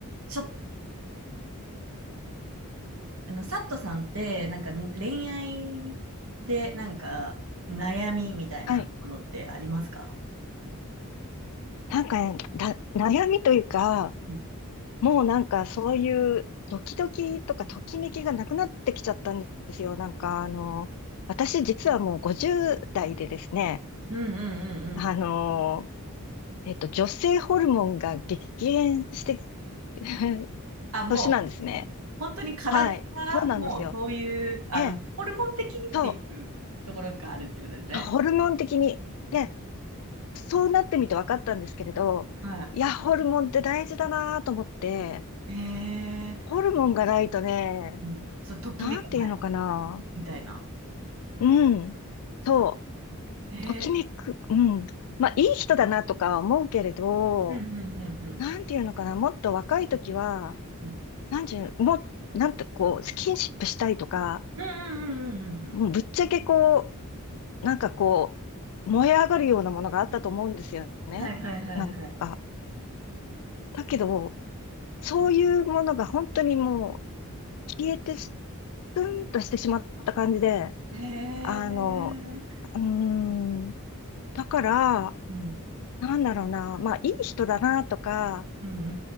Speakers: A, on the right (about 70°); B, on the left (about 80°).
A: ちょっと、あの、サットさんって、なんか恋愛で、なんか悩みみたいなものってありますか
B: はい。なんか、だ、悩みというか、
A: うん
B: もうなんかそういうドキドキとかときめきがなくなってきちゃったんですよ。なんかあの、私実はもう50代でですね、
A: うんうんうんうん。
B: あの、えっと、女性ホルモンが激減して <laughs>
A: あ、もう、
B: 年なんですね。
A: 本当に体が、
B: はい。そうなんですよ。
A: もうそういう、あの、
B: ええ。
A: ホルモン的にっていうところがあるってことですね。
B: そう。ホルモン的に。で、そうなってみて分かったんですけれど、
A: は
B: いや、ホルモンって大事だなと思って、
A: い。へえ、
B: ホルモンがないとね、
A: うん。そう、ときめかない、
B: なんていうのかな。
A: みたいな。
B: うん。そう。
A: あ、へえ、
B: ときめく。うん。まあ、いい人だなとかは思うけれど、
A: うんうんうんうん。
B: なんていうのかな。もっと若い時は、
A: うん。
B: なんていうもう、なんてこう、スキンシップしたいとか、
A: うんうんうんうんうんうん。
B: もうぶっちゃけこう、なんかこう、燃え上がるようなものがあったと思うんですよね。
A: はいはいはいはい。
B: なんか。だけど、そういうものが本当にもう、消えてす、スンとしてしまった感じで、
A: へえ、
B: あの、
A: うん。
B: うーん、だから、
A: うん
B: なんだろうな、まあ、いい人だなとか、
A: うんうんう